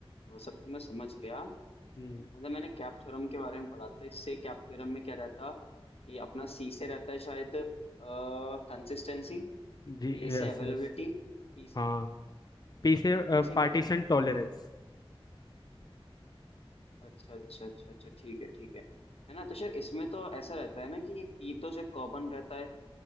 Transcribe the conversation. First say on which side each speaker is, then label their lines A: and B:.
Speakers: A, on the left (about 80°); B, on the left (about 45°).
A: वो सब तो मैं समझ गया
B: हम्म
A: मतलब मैंने कैप थ्योरम के बारे में पढ़ा था इससे कैप थ्योरम में क्या रहता ये अपना सी से रहता है शायद कंसिस्टेंसी
B: जी
A: ए
B: यस
A: से अवेलेबिलिटी
B: यस
A: पी
B: हाँ
A: से
B: पीछे
A: पी से
B: Partition tolerance
A: अच्छा अच्छा अच्छा अच्छा ठीक है ठीक है है ना तो शायद इसमें तो ऐसा रहता है ना कि पी तो शायद कॉमन रहता है